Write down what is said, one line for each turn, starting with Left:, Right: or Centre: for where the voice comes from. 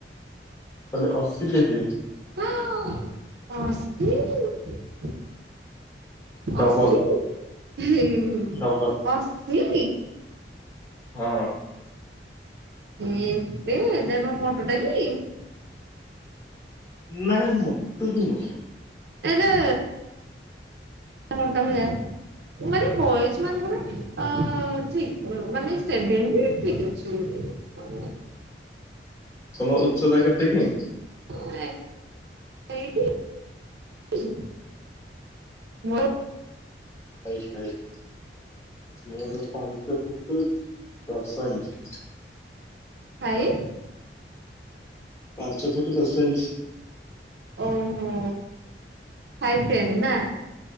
Left: ତା ହେଲେ ଅଶୀ କେଜି।
Right: ହଁ ଅଶୀ।
Left: ଡବଲ
Right: ଅଶୀ ହୁଁ ହୁଁ ହୁଁ
Left: ଡବଲ
Right: ଅଶୀ
Left: ହଁ।
Right: ଏତେ ତାର ମୋଟ ଟା କି?
Left: ନାଇଁ ମତେ ବି ନୁହଁ।
Right: <unintelligible> <unintelligible> ମାନେ ବଏଜ ମାନଙ୍କର ଅ ଠିକ୍ ମାନେ ସେଭେଣ୍ଟି ଠିକ୍ ଅଛି। <unintelligible>
Left: ତମ ଉଚ୍ଚତା କେତେ କି?
Right: <unintelligible> ମୋର
Left: ହାଇଟ୍ ହାଇଟ୍ ମୋର ପାଞ୍ଚ ଫୁଟୁ ଦଶ ଇଞ୍ଚ୍।
Right: ହାଏ।
Left: ପାଞ୍ଚ ଫୁଟ୍ ଦଶ ଇଞ୍ଚ୍।
Right: ଓହୋ ଫାଇଭ୍ ଟେନ୍ ନା।